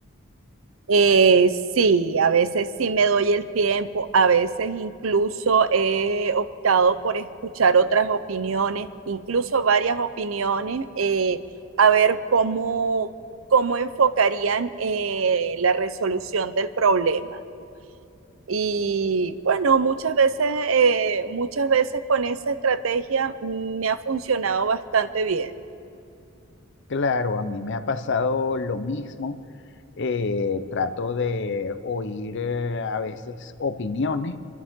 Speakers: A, on the right; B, on the left.
A: Eh, sí, a veces sí me doy el tiempo, a veces incluso he optado por escuchar otras opiniones, incluso varias opiniones, eh, a ver cómo, cómo enfocarían eh, la resolución del problema. Y bueno, muchas veces, eh, muchas veces con esa estrategia me ha funcionado bastante bien.
B: Claro, a mí me ha pasado lo mismo. eh, trato de oír eh, a veces opiniones,